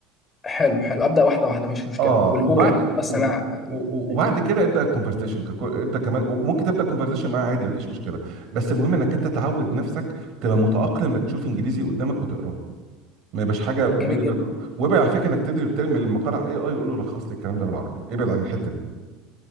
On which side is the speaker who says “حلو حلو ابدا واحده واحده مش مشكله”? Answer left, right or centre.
Left